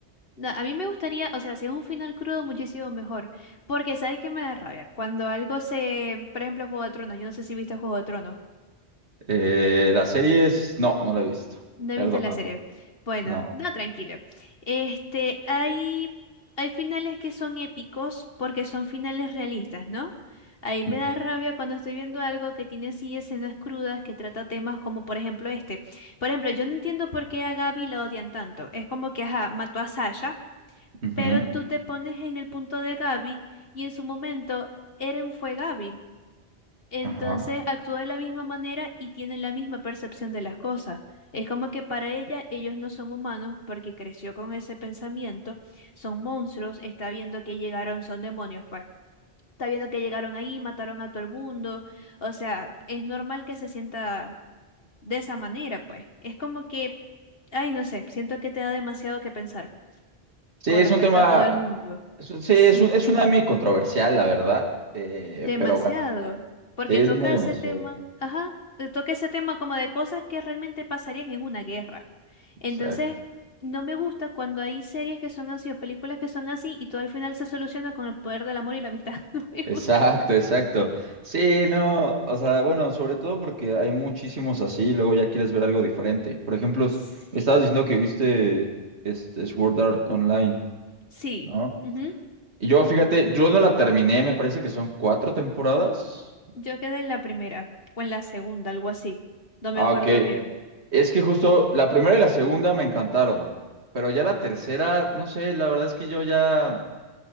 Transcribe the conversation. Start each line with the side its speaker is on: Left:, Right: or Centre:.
Left: No, a mí me gustaría, o sea, si es un final crudo, muchísimo mejor. Porque, ¿sabes qué me da rabia? Cuando algo se. Por ejemplo, Juego de Tronos. Yo no sé si viste Juego de Tronos.
Right: Eh, la serie es, no, no la he visto,
Left: No
Right: perdóname,
Left: viste la serie. Bueno,
Right: no.
Left: no, tranquilo. Este, hay. Hay finales que son épicos porque son finales realistas, ¿no? Ahí me
Right: Ujú,
Left: da rabia cuando estoy viendo algo que tiene así escenas crudas que trata temas como, por ejemplo, este. Por ejemplo, yo no entiendo por qué a Gaby la odian tanto. Es como que, ajá, mató a Sasha.
Right: ujú,
Left: Pero tú te pones en el punto de Gaby y en su momento Eren fue Gaby. Entonces
Right: Ajá.
Left: actúa de la misma manera y tiene la misma percepción de las cosas. Es como que para ella ellos no son humanos porque creció con ese pensamiento, son monstruos, está viendo que llegaron, son demonios, pues. Está viendo que llegaron ahí, mataron a todo el mundo. O sea, es normal que se sienta de esa manera, pues. Es como que, ay, no sé, siento que te da demasiado que pensar
Right: Sí,
Left: con
Right: es
Left: respecto
Right: un tema.
Left: a todo el mundo.
Right: Es un- sí,
Left: Sí.
Right: es un, es un anime controversial, la verdad, eh,
Left: Demasiado,
Right: pero bueno,
Left: porque
Right: sí, es
Left: toca
Right: muy demasiado.
Left: ese tema, ajá, eh, toca ese tema como de cosas que realmente pasarían en una guerra. Entonces,
Right: Exacto,
Left: no me gusta cuando hay series que son así o películas que son así y todo al final se soluciona con el poder del amor y la amistad. <laughs> No me
Right: exacto,
Left: gusta.
Right: exacto. Sí, no, o sea, bueno, sobre todo porque hay muchísimos así, y luego ya quieres ver algo diferente. Por ejemplo, s-
Left: Sí,
Right: me estabas diciendo que viste este Sword Art Online,
Left: sí.
Right: ¿no?
Left: ujú.
Right: Y yo, fíjate, yo no la terminé, me parece que son cuatro temporadas.
Left: Yo quedé en la primera o en la segunda, algo así. No me
Right: Ah,
Left: acuerdo
Right: ok.
Left: bien.
Right: Es que justo la primera y la segunda me encantaron, pero ya la tercera, no sé, la verdad es que yo ya...